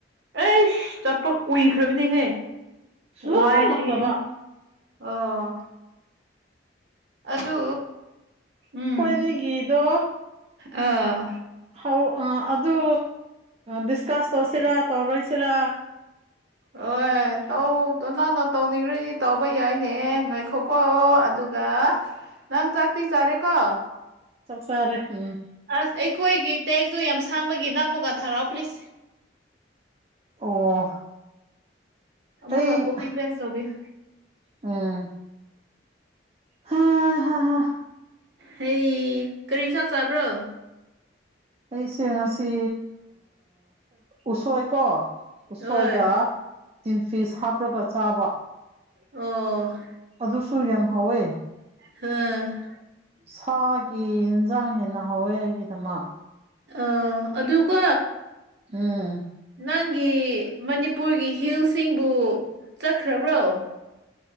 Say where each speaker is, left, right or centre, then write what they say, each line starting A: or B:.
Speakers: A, on the right; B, on the right.
A: ꯑꯩꯁ ꯆꯠꯄ ꯀꯨꯏꯈ꯭ꯔꯥꯕꯅꯤꯍꯦ
B: ꯁꯨꯂꯥꯛ
A: ꯋꯥꯏꯁꯦ
B: ꯂꯥꯛꯇꯕ
A: ꯑꯣ ꯑꯗꯨ ꯎꯝ
B: ꯃꯤꯒꯤꯗꯣ
A: ꯑꯥ
B: ꯍꯧ ꯑꯥ ꯑꯗꯨ ꯗꯤꯁꯀꯁ ꯇꯧꯁꯤꯔꯥ ꯇꯧꯔꯣꯏꯁꯤꯔꯥ
A: ꯑꯣꯌꯦ ꯇꯧ ꯇꯧ ꯅꯪꯅ ꯇꯧꯅꯤꯡꯉꯗꯤ ꯇꯧꯕ ꯌꯥꯏꯅꯦ ꯉꯥꯏꯈꯣꯀꯣ ꯑꯗꯨ ꯒ ꯅꯪ ꯆꯥꯛꯇꯤ ꯆꯥꯔꯦꯀꯣ
B: ꯆꯥꯛ ꯆꯥꯔꯦ ꯎꯝ
A: ꯑꯁ ꯑꯩꯈꯣꯏꯒꯤ ꯇꯦꯛꯇꯣ ꯌꯥꯝ ꯁꯥꯡꯕꯒꯤ ꯅꯪ ꯑꯃꯨꯛꯀ ꯊꯥꯔꯛꯑꯣ ꯄ꯭ꯂꯤꯁ
B: ꯑꯣ
A: ꯑꯃꯨꯛꯀ
B: ꯑꯩ
A: ꯀꯣꯄꯤ ꯄꯦꯁ ꯇꯧꯕꯤꯌꯨ
B: ꯎꯝ ꯍꯥ ꯍꯥ ꯍꯥ
A: <unintelligible> ꯀꯔꯤ ꯏꯟꯁꯥꯡ ꯆꯥꯕ꯭ꯔꯣ?
B: ꯑꯩꯁꯦ ꯉꯁꯤ ꯎꯁꯣꯏꯀꯣ꯫ ꯎꯁꯣꯏꯒ
A: ꯍꯣꯏ
B: ꯇꯤꯟꯐꯤꯁ ꯍꯥꯞꯔꯒ ꯆꯥꯕ꯫
A: ꯑꯣ
B: ꯑꯗꯨꯁꯨ ꯌꯥꯝ ꯍꯥꯎꯋꯦ꯫
A: <unintelligible>
B: ꯁꯥꯒꯤ ꯏꯟꯁꯥꯡ ꯍꯦꯟꯅ ꯍꯥꯋꯦ ꯑꯩꯒꯤꯗꯃꯛ꯫
A: ꯑꯣ ꯑꯗꯨ ꯀꯣ,
B: ꯎꯝ
A: ꯅꯪꯒꯤ ꯃꯅꯤꯄꯨꯔꯒꯤ ꯍꯤꯜꯁꯤꯡꯕꯨ ꯆꯠꯈ꯭ꯔꯕ꯭ꯔꯣ?